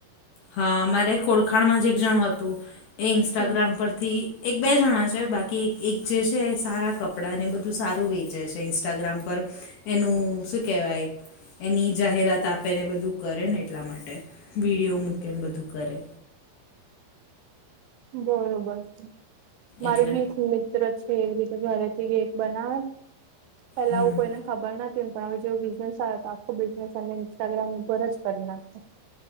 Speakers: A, on the left; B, on the right.
A: હા મારે ઓળખાણમાં જ એક જણ હતું એ ઇન્સ્ટાગ્રામ
B: હમ
A: પરથી એક બે જણા છે બાકી એક જે છે સારા કપડાં ને બધું સારું વેચે છે. ઇન્સ્ટાગ્રામ પર એનું શું કેહેવાય. એની જાહેરાત આપે ને બધું કરે ને એટલા માટે વિડીયો મૂકે ને બધું કરે.
B: બરોબર છે મારી
A: એટલે
B: બી મિ મિત્ર છે એવી રીતે ઘરેથી કેક બનાવે પેલા
A: હમ
B: આવું કોઈને. ખબર નથી ને પણ હવે જેવું બિઝનેસ આવે તો આખો બિઝનેસ એને ઇન્સ્ટાગ્રામ ઉપર જ કરી નાખિયું.